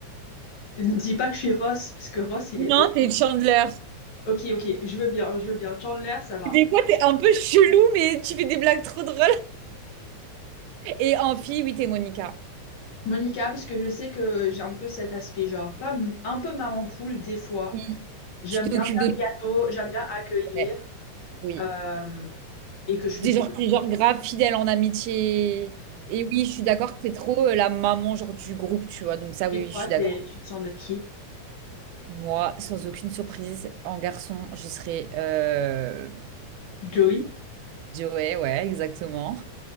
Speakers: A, on the left; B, on the right.
A: Ne dis pas que je suis Ross, parce que Ross, il est.
B: Non,
A: horrible.
B: t'es Chandler.
A: Ok, ok, je veux bien, je veux bien. Chandler, ça va.
B: Des fois, t'es un peu chelou, mais tu fais des blagues trop drôles. Et en fille, oui, t'es Monica.
A: Monica, parce que je sais que j'ai un peu cet aspect, genre, pas m- un peu maman poule, des fois.
B: Oui,
A: J'aime
B: tu t'occupes
A: bien faire
B: de tout.
A: le gâteau, j'aime bien accueillir,
B: Ouais, oui.
A: euh, et que je suis
B: Des
A: brûlée.
B: genre, t'es genre grave fidèle en amitié. Et oui, je suis d'accord que t'es trop euh, la maman genre du groupe, tu vois. Donc ça,
A: Et
B: oui, oui,
A: toi,
B: je suis
A: t'es-
B: d'accord.
A: tu te sens d'être qui?
B: Moi, sans aucune surprise, en garçon, je serais... Euh...
A: Joey?
B: Je ouais, ouais, exactement.